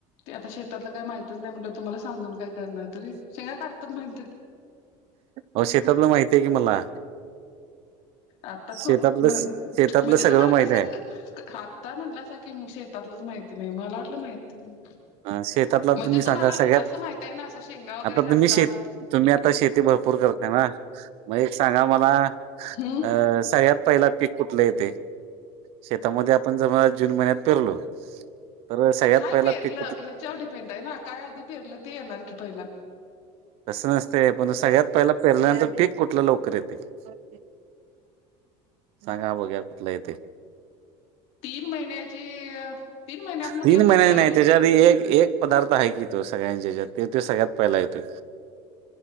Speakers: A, on the left; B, on the right.
A: ते आता शेतातला काय माहितच नाही म्हट तुम्हाला सांगून काय करणार तरी सेंगा काढत. तत नाहींतर.
B: हो शेताबला माहिती आहे की मला.
A: आता तो
B: शेतातलं
A: म्ह
B: शेतातलं
A: म्हणजे
B: सगळं
A: तुम्हाला
B: माहित
A: कसं.
B: आहे
A: आत्ता म्हटलं अस की म शेतातलंच माहिती नाही मला वाटलं माहिती नाही.
B: अ शेतातला
A: म्हणजे
B: तुम्ही सांगा
A: तुम्हाला
B: सगळ्यात
A: असं माहित आहे ना असं शेंगा वगैरे
B: आता
A: काढतात.
B: तुम्ही शेत तुम्ही आता शेती भरपूर करताय ना मग एक सांगा मला.
A: हम्म
B: अ सगळ्यात पहिला. पीक कुठलं येते शेतामध्ये आपण जव जून महिन्यात पिरलो. तर सगळ्यात
A: काय
B: पहिला
A: पेरलं
B: पिक.
A: ह्याच्यावर डिपेंट आहे ना काय आधी पेरलं ते येणार की पहिला.
B: तसं नसते पण सगळ्यात पहिला पेरल्यानंतर पीक कुठला लवकर येते. <inaudible> सांगा बघ्या कुठला यथे.
A: <inaudible> तीन महिन्याची. तीन महिन्यात म्हटलं
B: तीन महिन्यानी
A: तर सोयाब
B: नाही त्याच्या आधी एक-एक. पदार्थ आहे की तो सगळ्यांचे ज ते ते सगळ्यात पहिला येतो.